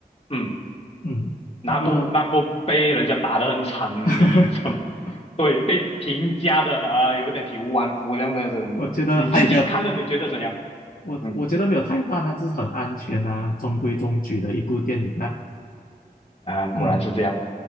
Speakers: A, on the left (about 40°); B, on the left (about 65°).
A: 嗯，嗯嗯
B: 嗯，
A: 那不那不被人家打得很惨，
B: 那个 <laughs>
A: 你怎么对被评价的呃有点体无完肤这样的样子？你你自己看了你觉得怎样？
B: 我觉得他也没有，我我觉得没有太烂啊，
A: 嗯
B: 就是很安全啊，中规中矩的一部电影啊。
A: 啊，果然是这样。
B: 嗯